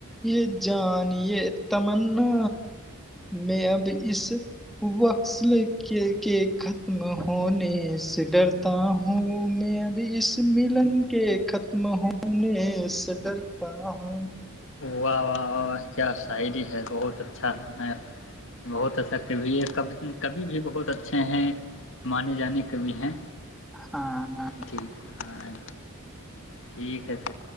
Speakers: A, in the centre; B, on the left.
A: یہ جانیے تمنا میں اب اس وکصل کے ختم ہونے سے ڈرتا ہوں میں اب اس م کلن کے ختم ہونے سے ڈرتا ہ
B: واہ واہ واہ واہ کیا شاعری ہے بہت اچھا ہے بہت ایسا کبھی ہےب کبھی بھی بہت اچھے ہیں منے جانے ک بھیھی ہیں
A: ہاں ہاں
B: ٹھیک ہاں ٹھیک ہے پھر